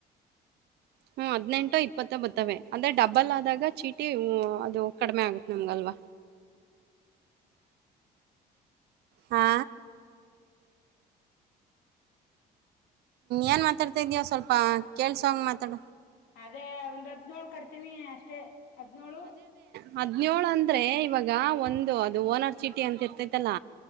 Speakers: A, on the right (about 75°); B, on the left (about 80°).
A: ಹ್ಮ ಹದ್ಿನೆಂಟ ಇಪ್ಪತ್ತ ಬರ್ತ್ತವೆ ಅದ್ರ ಡಬ್ಬಲ್ ಆದಾಗ ಚೀಟಿ ಅದು ಕಡಿಮೆ ಆಗತ್ ನಂಗಗೆಲ್ವಾ ಹಾ ಏನ್ ಮಾತಾಡ್ತಾ ಇದೀವ ಸ್ವಲ್ಪ ಕೇಳಳ್ಸ ಹಂಗೆ ಮಾತಾಡ
B: ಅದೇ ಒಂದ್ ಹದ್ಿನೋಳ್ು ಕಟ್ತೀವಿ ಅಷ್ಟೇ ಹದ್ಿನೋಳು
A: ಹದಿನಳ್ು ಅಂದ್ರೆ ಇವಾಗ ಒಂದು ಅದು ಓನರ್ ಚೀಟಿ ಅಂತ ಇರ್ತೈತಲ್ಲ